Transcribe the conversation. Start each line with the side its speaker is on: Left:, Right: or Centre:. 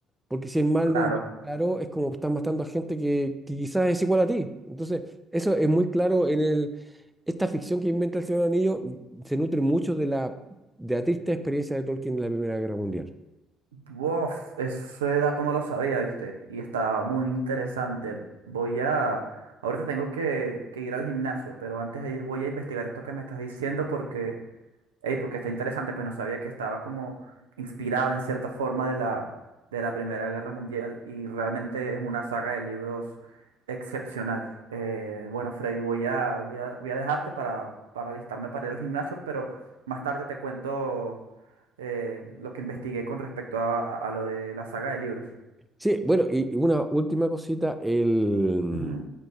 Centre: porque si el mal
Right: claro.
Centre: no es bien claro, es como estás matando a gente que, que quizás es igual a ti. Entonces, eso es muy claro en el, esta ficción que inventa el Señor Anillo, mm, se nutre mucho de la, de la triste experiencia de Tolkien en la Primera Guerra Mundial.
Right: Bof, ese dato no lo sabía, ¿viste? Y estaba muy interesante. Voy a... Ahorita tengo que, que ir al gimnasio, pero antes de ir voy a investigar esto que me estás diciendo porque Ey, porque está interesante, pues no sabía que estaba como inspirado en cierta forma de la, de la Primera Guerra Mundial y realmente es una saga de libros excepcional. Eh, bueno, Freddy, voy a, voy a, voy a dejarte para, para alistarme para ir al gimnasio, pero más tarde te cuento eh, lo que investigué con respecto a, a lo de la saga de libros.
Centre: Sí, bueno, y y una última cosita, el
Right: Ujú.